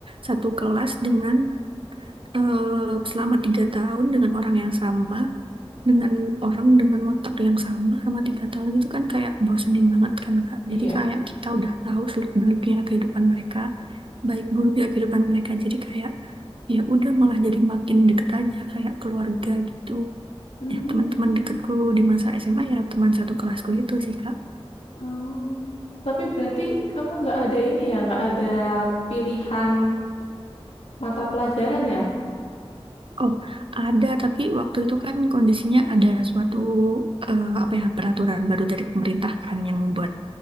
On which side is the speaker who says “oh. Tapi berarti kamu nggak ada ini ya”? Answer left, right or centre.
Left